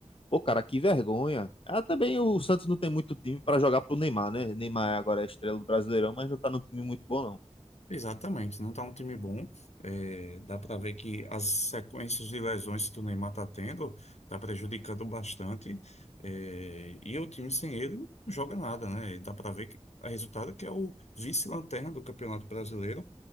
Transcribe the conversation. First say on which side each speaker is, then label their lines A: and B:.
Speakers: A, on the left; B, on the left.
A: Pô, cara, que vergonha. Ah, também o Santos não tem muito time pra jogar pro Neymar, né? Neymar agora é estrela do Brasileirão, mas não tá num time muito bom, não.
B: Exatamente, não está um time bom. É, dá para ver que as sequências de lesões que o Neymar está tendo está prejudicando bastante. É, e o time sem ele não joga nada, né? E dá para ver que o resultado que é o vice-lanterna do Campeonato Brasileiro.